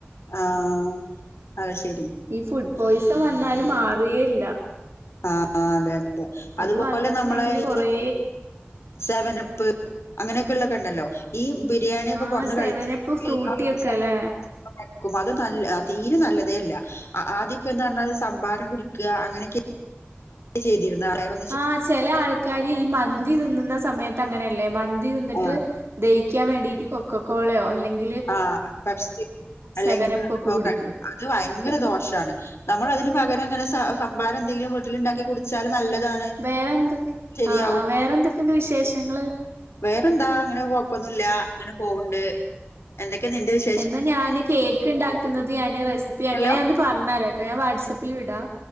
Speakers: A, on the left; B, on the right.
A: ആഹ് അത് ശരി.
B: ഈ ഫുഡ് പോയ്സൺ വന്നാല് മാറുകേ ഇല്ല.
A: ആഹ് അതെ അതെ അതുപോലെ
B: അത് വന്നിട്ടുണ്ടെങ്കില്
A: നമ്മളെ
B: കൊറേ
A: ഈ. സെവനപ്പ് അങ്ങനെയൊക്കെ ഉള്ളൊക്കെണ്ടല്ലോ. ഈ ബിരിയാണിയൊക്കെ
B: ആഹ്
A: കൊടന്ന്
B: സെവനപ്പ്
A: കഴിച്ച്. <inaudible> <unintelligible>
B: ഫ്രൂട്ടിയൊക്കെ അല്ലേ
A: അത് നല്ല ആ തീരെ നല്ലതേ അല്ല അ ആദ്യൊക്കെന്ന് പറഞ്ഞാത് സംഭാരം കുടിക്കുക അങ്ങനെയൊക്കെ. ചെയ്തിരുന്നു ആ <unintelligible>
B: ആഹ് ചെല ആൾക്കാര് ഈ മന്തി നിന്നുന്ന സമയത്ത് അങ്ങനെയല്ലേ മന്തി തിന്നിട്ട്.
A: ആഹ്
B: ദഹിക്കാൻ വേണ്ടീട്ട് കൊക്കക്കോളയോ അല്ലെങ്കി.
A: ആഹ് പെപ്സി അല്ലെങ്കിൽ
B: സെവനപ്പൊക്കെ
A: <unintelligible>
B: കുടിക്കും
A: അത് ഭയങ്കര ദോഷമാണ്. നമ്മള് അതിന് പകരങ്ങനെ സ സംഭമ്പാരം എന്തെങ്കിലും വീട്ടില്ണ്ടാക്കി കുടിച്ചാലും നല്ലതാണ്.
B: വേറെന്തൊക്ക
A: ശരിയാവും
B: ആഹ് ആഹ് വേറെന്തൊക്കെയണ്ട് വിശേഷങ്ങള്.
A: വേറെന്താ അങ്ങനെ കൊഴപ്പൊന്നുല്ല അങ്ങനെ പോവ്ണ്ട്. എന്തൊക്കെ നിന്റെ വിശേ
B: എന്നാ ഞാന് കേക്ക്ണ്ടാക്കുന്നത് ഞാന് റെസിപ്പി അങ്ങനെയാന്ന്
A: ല്ലോ
B: പറഞ്ഞരാട്ടോ ഞാൻ വാട്സആപ്പിൽ വിടാ.